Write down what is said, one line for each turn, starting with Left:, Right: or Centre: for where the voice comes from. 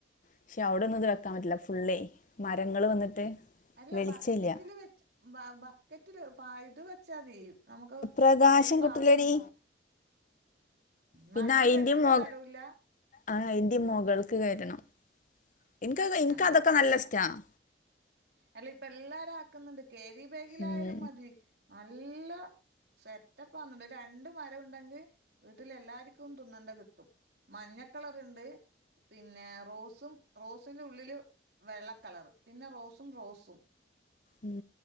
Left: പക്ഷെ അവിടൊന്നും ഇത് വെക്കാൻ പറ്റില്ല ഫുള്ളെ മരങ്ങള് വന്നിട്ട്
Right: അല്ല
Left: വെളിച്ചമില്ല
Right: ബക്കറ്റില് വെച്ച് ബക്കറ്റില് പ ഇത് വെച്ചാതി നമുക്ക്
Left: പ്രകാശം
Right: പഴയ പാത്രം
Left: കിട്ടൂലടി
Right: ഉണ്ടാവുലെ മതിൽന്റെ
Left: പിന്നെ അയിന്റെ
Right: എടുത്തും
Left: മൊ
Right: സ്ഥലവില്ല
Left: ആ അയ്ന്റിം മുകൾക്ക് കേറ്റണം ഇൻക്ക് ഇൻക്ക്
Right: എന്നാ
Left: അതൊക്കെ നല്ല ഇഷ്റ്റാണ്
Right: അല്ല ഇപ്പ എല്ലാരും ആക്കുന്നുണ്ട് കേരിബാഗിലയാലും
Left: ഉം
Right: മതി നല്ല സെറ്റപ്പാന്നുണ്ട് ഒര് രണ്ട് മരം ഉണ്ടെങ്കി വീട്ട്ലെ എല്ലാരിക്കും തിന്നണ്ടത് കിട്ടും മഞ്ഞക്കളറ്ണ്ട് പിന്നെ റോസും റോസിനുള്ളില് വെള്ളക്കളറ് പിന്നെ റോസും റോസും
Left: ഉം